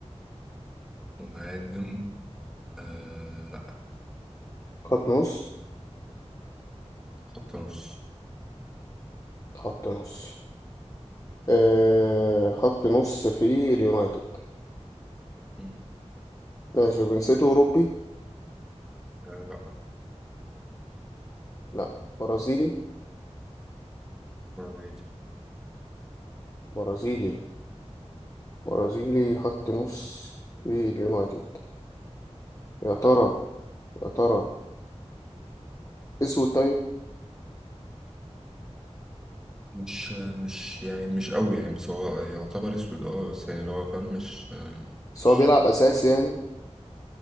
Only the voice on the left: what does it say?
خط نص
خط نص آه، خط نص في اليونايتد
ماشي جنسيته أوروبي؟
لأ برازيلي؟
برازيلي برازيلي خط نص في اليونايتد يا ترى يا ترى أسود طيب
بس
هو بيلعب أساسي يعني